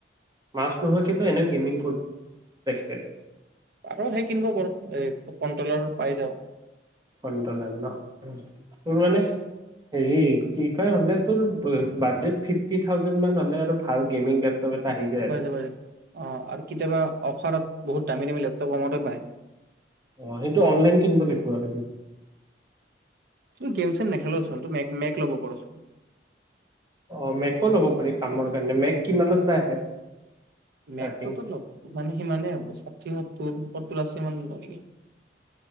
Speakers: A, on the right (about 20°); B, on the right (about 60°).
A: মাউচ নোহোৱাকেতো এনেও গেমিং <unintelligible>
B: পাৰ সেই কিনব পাৰ এ কন তলৰ পাই যাওঁ।
A: <unintelligible> তোৰ মানে হেৰি কি কয় মানে তোৰ বাজেট ফিফটি থাউজেণ্ড হলে আৰু ভাল গেমিং লেপটপ এটা আহি যায় আৰু
B: অঁ আৰু কেতিয়াবা অফাৰত বহুত দামী দামী লেপটপ কমতে পায়
A: অ' সেইটো অনলাইন কিনব লাগব আৰু
B: তোৰ গেম চেম নেখেলচোন তো মেক মেক ল'ব পাৰচোন
A: <unintelligible> <unintelligible> অ' মেকো লব পাৰে কামৰ কাৰণে মেক কিমানত বা আহে? ষ্টাৰ্টিং
B: মেকটোতো ন মানে সিমানেই হব ষাঠি সত্তুৰ সত্তুৰ আচ <unintelligible>